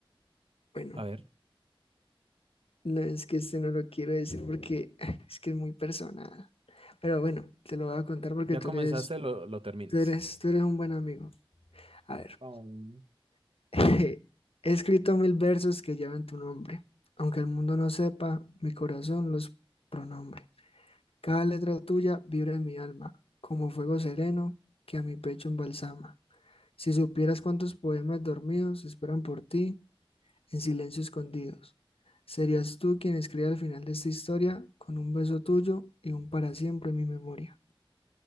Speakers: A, on the left (about 85°); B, on the right (about 75°).
A: Bueno,
B: A ver.
A: no es que este no lo quiero decir porque <laughs> es que es muy personal. Pero bueno, te lo voy a contar porque
B: Ya
A: tú
B: comenzaste,
A: eres
B: lo, lo terminas.
A: Tú eres, tú eres un buen amigo. A ver,
B: Oh.
A: <laughs> he escrito mil versos que llevan tu nombre. Aunque el mundo no sepa, mi corazón los pronombre. Cada letra tuya vibra en mi alma, como fuego sereno que a mi pecho embalsama. Si supieras cuántos poemas dormidos esperan por ti, en silencio escondidos, serías tú quien escriba al final de esta historia con un beso tuyo y un para siempre en mi memoria.